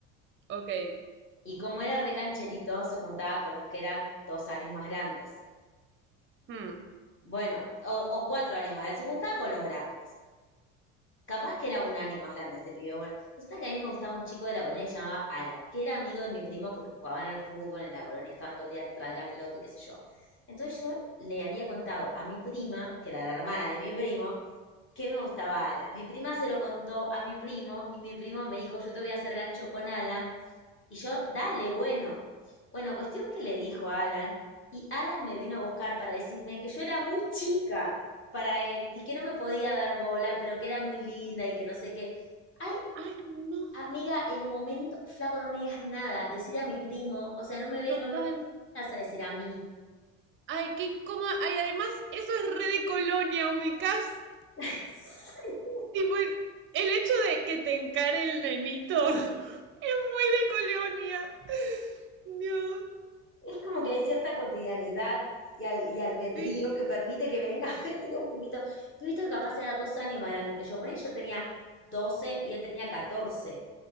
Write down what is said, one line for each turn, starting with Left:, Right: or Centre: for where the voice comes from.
Right: ok.
Left: Y como era re cancherito, se juntaba con los que eran dos años más grandes.
Right: Hmm.
Left: Bueno, o, o cuatro años más grandes, se juntaba con los grandes. Capaz que era un año más grande este pibe. Bueno, resulta que a mí me gustaba un chico de la colonia que se llamaba Alan, que era amigo de mi primo porque jugaban al fútbol, en la colonia estaban todo el día atrás de la pelota y qué sé yo. Entonces yo le había contado a mi prima, que era la hermana de mi primo, ¿Qué me gustaba Alan? Mi prima se lo contó a mi primo y mi primo me dijo, yo te voy a hacer gancho con Alan. Y yo, dale, bueno. Bueno, cuestión que le dijo a Alan y Alan me vino a buscar para decirme que yo era muy chica para él y que no me podía dar bola, pero que era muy linda y que no sé qué. Ay,
Right: Ay, no.
Left: amiga, el momento, flaco, no me digas nada, decir a mi primo, o sea, no me ve,
Right: Total.
Left: no ve, no me vas a decir a mí.
Right: Ay, qué incómodo. Ay, además, eso es re de colonia, ubicás.
Left: <laughs>
Right: Tipo, el el hecho de que te encare el nenito <laughs> es muy de colonia. Dios.
Left: Es como que hay cierta cotidianidad y, al- y albedrío
Right: Sí.
Left: que permite que venga a <laughs> venir un pibito. Un pibito que capaz era dos años más grande que yo. Por ahí yo tenía 12 y él tenía catorce